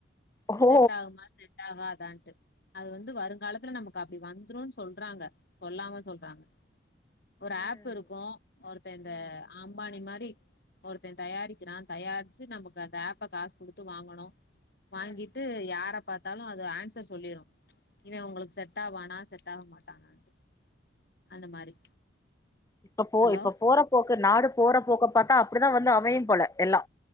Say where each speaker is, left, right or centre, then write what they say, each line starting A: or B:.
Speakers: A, on the left; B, on the left.
A: ஓ
B: செட்டாகுமா செட் டாகாதான்ட்டு அது வந்து வருங்காலத்துல நமக்கு அப்டி வந்துருன் சொல்றாங்க சொல்லாம சொல்றாங்க ஒரு
A: ம்
B: ஆப்புருக்கூ ஒருத்த இந்த
A: ம்
B: அம்பானி மாரி ஒருத்த தயாரிக்கிறா தயாரிச்சு நமக்கு அந்த அப்ப காசு குடுத்து வாங்கணு வாங்கிட்டு
A: ம்
B: யார பாத் தாலு அது அன்சர் சொல்லிரு இவே உங்களுக்கு செட் ஆவானா செட் ஆக மாட்டானான்டு அந்த மாரி
A: இப்ப போ
B: ஹலோ
A: இப்ப போற போக்க நாடு போற போக்க பாத்தா அப்டிதா வந்து அமையு போல எல்லா